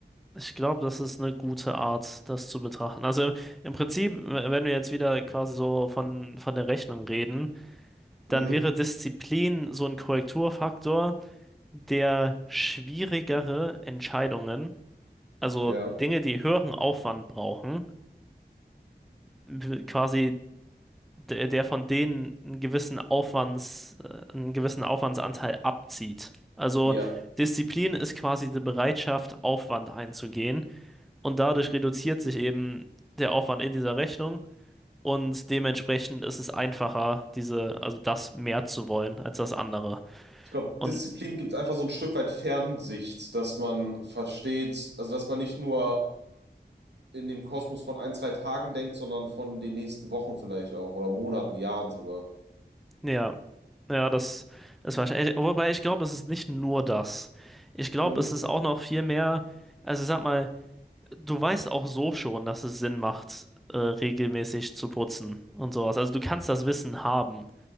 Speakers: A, in the centre; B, on the right.
A: Ich glaube, das ist eine gute Art, das zu betrachten. Also im im Prinzip, w- wenn wir jetzt wieder quasi so von, von der Rechnung reden, dann
B: Mhm.
A: wäre Disziplin so ein Korrekturfaktor, der schwierigere Entscheidungen, also
B: Ja.
A: Dinge, die höheren Aufwand brauchen, w- quasi der, der von denen einen gewissen Aufwands, äh, einen gewissen Aufwandsanteil abzieht. Also
B: Ja,
A: Disziplin ist quasi die Bereitschaft, Aufwand einzugehen und dadurch reduziert sich eben der Aufwand in dieser Rechnung und dementsprechend ist es einfacher, diese, also das mehr zu wollen als das andere.
B: Ich glaube,
A: Und
B: Disziplin gibt einfach so ein Stück weit Fernsicht, dass man versteht, also dass man nicht nur in dem Kosmos von ein, zwei Tagen denkt, sondern von den nächsten Wochen vielleicht auch oder Monaten, Jahren sogar.
A: ja, Ja, das ist wahrscheinlich. Wobei ich glaube, es ist nicht nur das. Ich glaube,
B: Mhm.
A: es ist auch noch viel mehr. Also sag mal, du weißt auch so schon, dass es Sinn macht, äh, regelmäßig zu putzen und sowas. Also du kannst das Wissen haben.